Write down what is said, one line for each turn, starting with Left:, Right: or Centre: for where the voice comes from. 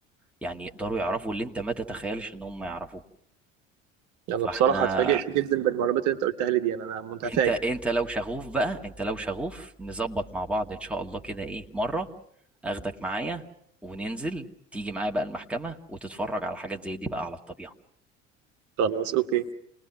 Centre: يعني يقدروا يعرفوا اللي انت ما تتخيلش ان هم يعرفوه
Right: يعني
Centre: فاحنا
Right: بصراحه اتفاجئت جدا بالمعلومات اللي انت قلتها لي دي انا أنا متفاجئ
Centre: انت انت لو شغوف بقى انت لو شغوف نظبط مع بعض ان شاء الله كده ايه مرة اخدك معايا وننزل تيجي معايا بقى المحكمة وتتفرج على حاجات زي دي بقى على الطبيعة
Right: خلاص اوكي